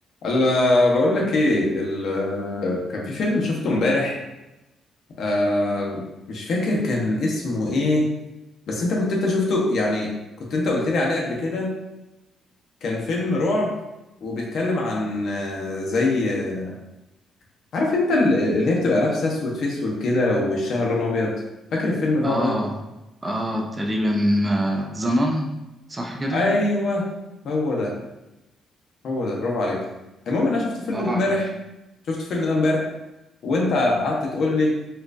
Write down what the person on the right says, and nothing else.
اه
اه تقريبا آه، زنان صح كده
اه
عارف